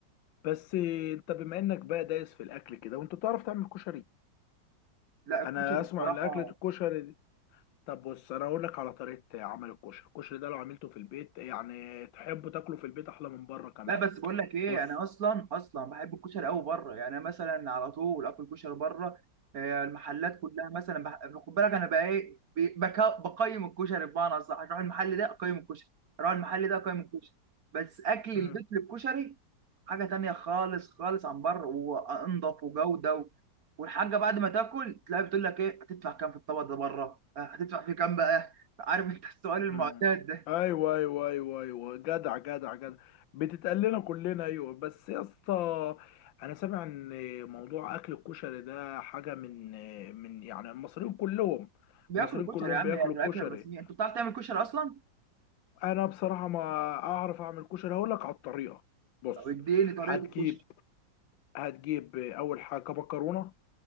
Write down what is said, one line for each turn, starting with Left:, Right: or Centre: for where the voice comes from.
Left: بس انت بما انك بقى دايس في الاكل كده وانت تعرف تعمل كشري
Right: لا الكشري
Left: انا اسمع
Right: الصراحه
Left: ان اكله الكشري دي طب بص انا اقول لك على طريقه عمل الكشري الكشري ده لو عملته في البيت يعني تحبه تاكله في البيت احلى من بره كمان
Right: لا بس بقول لك ايه
Left: بص
Right: انا اصلا اصلا بحب الكشري قوي بره يعني أنا مثلا على طول اكل كشري بره آه، المحلات كلها مثلا بح... خد بالك انا بقى ايه ب- بك... بقيم الكشري بمعنى صح اروح المحل ده اقيم الكشري اروح المحل ده اقيم الكشري بس اكل البيت
Left: امم
Right: للكشري حاجه تانية خالص خالص عن بره وانضف وجوده و... والحاجه بعد ما تاكل تلاقي بتقول لك ايه هتدفع كام في الطبق ده بره آه، هتدفع فيه كام بقى عارف انت السؤال المعتاد
Left: مم.
Right: ده
Left: ايوه ايوه ايوه ايوه جدع جدع جدع بتتقال لنا كلنا ايوه بس يا اسطى انا سامع ان موضوع اكل الكشري ده حاجه من من يعني المصريين كلهم
Right: بياكلوا
Left: المصريين كلهم
Right: كشري يا عم
Left: بياكلوا
Right: يعني الاكل
Left: كشري
Right: الرسميه انت بتعرف تعمل كشري اصلا
Left: انا بصراحه ما اعرف اعمل كشري هقول لك على الطريقه بص
Right: طب اديني طريقه
Left: هتجيب
Right: الكشري
Left: هتجيب اول حاجه مكرونه